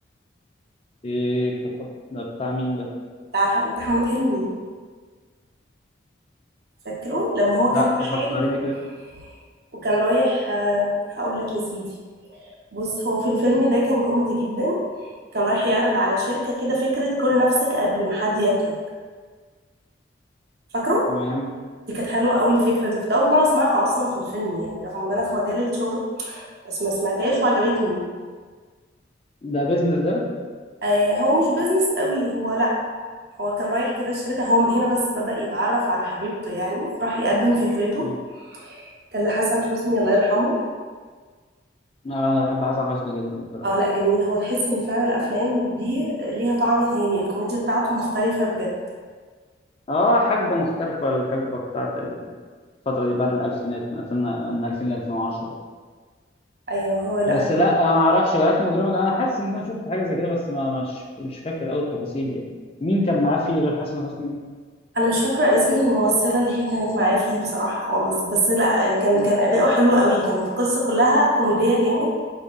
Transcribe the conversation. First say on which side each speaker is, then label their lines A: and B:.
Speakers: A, on the left; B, on the right.
A: ايه بتا- بتا- ده بتاع مين ده
B: بتاع بتاع محمد حلمي فاكره لما هو
A: لا
B: كان في
A: فكريني
B: حاله
A: كده
B: وكان رايح آه، هقول لك يا سيدي بص هو في الفيلم ده كان كوميدي جدا كان رايح يعرض على شركة كده فكرة كل نفسك قبل ما حد ياكلك فاكره
A: تمام
B: دي كانت حلوة قوي الفكرة دي كنت أول مرة أسمعها أصلا في الفيلم يعني رغم إن أنا في مجال الشغل بس ما سمعتهاش وعجبتني
A: ده بيزنس ده
B: آه هو مش بيزنس قوي هو لأ هو كان رايح كده الشركة هو من هنا بس بدأ يتعرف على حبيبته يعني راح يقدم فكرته
A: مم.
B: كان لحسن حسني الله يرحمه
A: انا بحب حسن حسني جدا بصراحه
B: اه لأ جميل هو تحس إن فعلا الأفلام دي ليها طعم تاني الكوميديا بتاعته مختلفة بجد
A: اه حقبة مختلفة الحقبة بتاعت الفترة دي بعد الألفينات من 2000 من 2000 ل 2010
B: ايوه هو لا
A: بس لا انا ما اعرفش جعلتني مجرما ده انا حاسس ان انا شفت حاجه زي كده بس ما مش مش فاكر قوي التفاصيل يعني مين كان معاه فيه غير حسن حسني
B: انا مش فاكره اسم الممثله اللي هي كانت معاه فيه بصراحه خالص بس لا كان
A: مم.
B: كان اداؤه حلو قوي كانت القصه كلها كوميديه جامد